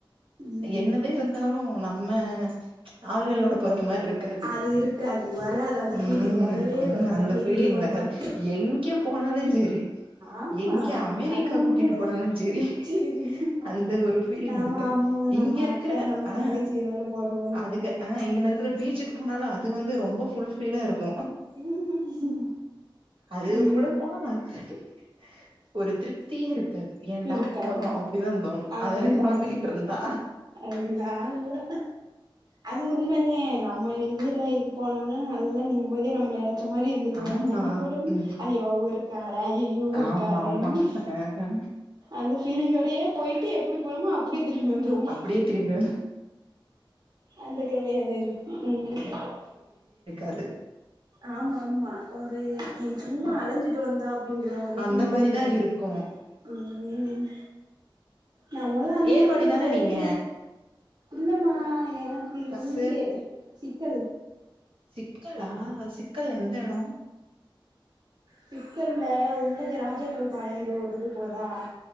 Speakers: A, on the right (about 50°); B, on the right (about 85°).
A: ம்
B: என்னதே இருந்தாலு நம் நம்ம ஆளுகளோட போறது மாரி இருக்காது
A: அது இருக்காது வராது அந்த
B: ம்
A: ஃபீலிங்
B: ம்
A: வரவே
B: இன்று
A: வராது
B: அந்த ஃபீலிங்
A: எங்க போனாலு
B: வராது எங்க போனாலு சேரி
A: ஆமா
B: எங்க அமெரிக்கா
A: அது உண்மதே
B: கூட்டிட்டு போனாலு செரி
A: சேரி
B: அந்த ஒரு ஃபீலிங்
A: நாம
B: இருக்கா
A: அம்மா நம்ம
B: இங்க இருக்குற
A: அக்கா நம்ம
B: ஆ
A: தங்கச்சிகளோட போற மாரி
B: அதுக
A: வராது
B: ஆ இங்கன்ன இருக்குற பீச்சுக்கு போனாலு அது வந்து ரொம்ப ஃபுல்ஃபிலா இருக்கு
A: ம்
B: அதுக
A: ம்
B: கூட போனா மாத்த ஒரு திருப்தியே இருக்காது ஏன்டா
A: இருக்காது
B: போறோ அப்டிதா தோணு
A: அப்டின்னு
B: அதேதா பொழம்பிக்கிட்டு இருந்தா
A: அல்லா அல்லா அது உண்ம தே நம்ம இதுல இது போனோம்னா நல்லா நிம்மதியா நம்ம நென ச்ச மாரி இருந்துட்டு வந்துர்லா
B: ஆமா
A: இங்க போனோம்னா
B: ம்
A: ஐய அவுக இருக்காகள ஐய இவுக இருக்காகளான்னு
B: ஆமா ஆமா ஆ
A: அந்த ஃபீலிங்கோடையே போயிட்டு எப்டி போனோமோ அப்டியே திரும்பி வந்துருவோ
B: அப்டியே திரும்பி
A: அந்த கதையாதா இருக்கு ம்
B: அது
A: ஆமா ஆமா ஒரு இ சும்மா அலஞ்சிட்டு வந்தா அப்டிங்கிற ஒரு
B: அந்த
A: ஃபீல்
B: மாரிதா
A: தா தோணு
B: இருக்கு
A: ம் நா மொத அனுபவத்துல
B: ஏர்வாடி தான
A: போயிருக்கே
B: நீங்க
A: இல்லம்மா எனக்கு
B: ஹஸ்ஸு
A: இங்க சிக்கல்
B: சிக்கலா சிக்கல்ல எந்த எடோ
A: சிக்கல்ல உள்ளக்க ராஜக்கல்பாளையன்டு ஒரு இது போதா